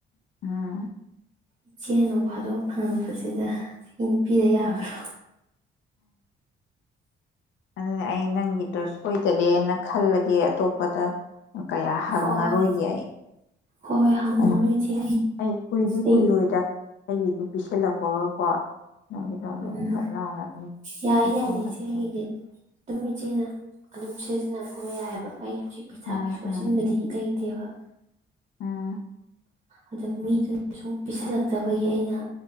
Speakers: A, on the left; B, on the right.
A: ꯎꯝ
B: ꯏꯆꯦꯅꯥ ꯅꯨꯡ ꯐꯥꯗꯣꯛ ꯍꯪꯉꯛꯄꯁꯤꯗ ꯑꯩ ꯄꯤꯗ ꯌꯥꯕ꯭ꯔꯥ
A: ꯎꯝ ꯑꯗꯨꯅꯦ ꯑꯩ ꯅꯪꯒꯤꯗꯣ ꯁꯣꯏꯗꯔꯦꯅ ꯈꯜꯂꯒꯦ ꯑꯇꯣꯞꯄꯗ ꯀꯌꯥ ꯍꯪꯉꯔꯣꯏꯒꯦ
B: ꯍꯣꯏ ꯍꯣꯏ
A: ꯑꯩ
B: ꯍꯣꯏ ꯍꯣꯏ ꯍꯥꯉꯎꯔꯅꯨ
A: ꯑꯗꯨ
B: ꯏꯆꯦ
A: ꯑꯩ ꯀꯨꯏꯗꯤ
B: ꯑꯩ
A: ꯀꯨꯏꯔꯣꯏꯗ ꯑꯩꯒꯤꯗꯨ ꯄꯤꯁꯜꯂꯛꯄꯒꯀꯣ ꯅꯪꯒꯤꯗꯣ ꯑꯃꯨꯛ
B: ꯎꯝ
A: ꯐꯠ ꯂꯥꯎꯅ ꯑꯗꯨꯝ
B: ꯌꯥꯏ
A: ꯄꯤꯊꯣꯛꯈ꯭ꯔꯕꯅꯦ
B: ꯌꯥꯏꯅꯦ ꯏꯆꯦ ꯑꯩꯒꯤꯗꯤ ꯑꯗꯨꯝ ꯏꯆꯦꯅ ꯑꯗꯨꯝ ꯁꯤꯖꯤꯟꯅꯈꯣ ꯌꯥꯏꯑꯦꯕ ꯑꯩ ꯍꯧꯖꯤꯛ ꯄꯩꯁꯥ
A: ꯎꯝ
B: ꯀꯩꯁꯨ
A: ꯎꯝ
B: ꯍꯥꯠꯆꯤꯟꯕꯗꯤ ꯂꯩꯇꯦꯕ
A: ꯎꯝ
B: ꯑꯗ ꯃꯤꯗꯨꯅ ꯁꯨꯝ ꯄꯤꯁꯜꯂꯛꯇꯕꯒꯤ ꯑꯩꯅ